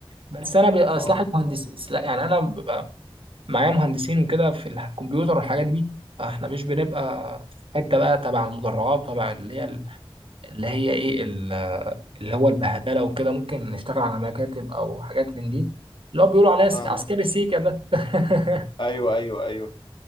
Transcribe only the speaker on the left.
اه
فاهمك
ايوه ايوه ايوه